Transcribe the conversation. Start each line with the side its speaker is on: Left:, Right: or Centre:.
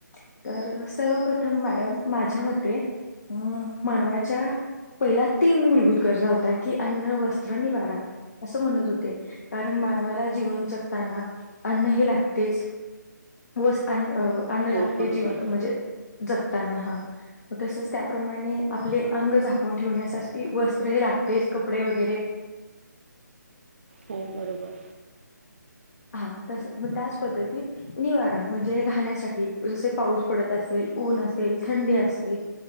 Left: तर सर्वप्रथम मॅडम माझ्या मते अं मानवाच्या पहिल्या तीन मूलभूत गरजा होत्या की अन्न वस्त्र निवारा असं म्हणत होते कारण मानवाला जीवन जगताना अन्न हे लागतेच वस अन्न अन्न
Right: हो
Left: ला ते
Right: बरोबर
Left: जीवन अ म्हणजे जगताना हा मग तसच त्याप्रमाणे आपले अंग झाकून ठेवण्यासास ती वस्त्र ही लागतेच कपडे वगैरे
Right: हो बरोबर.
Left: हां तस मग त्याच पद्धतीत निवारा म्हणजे राहण्यासाठी जसे पाऊस पडत असेल ऊन असेल थंडी असेल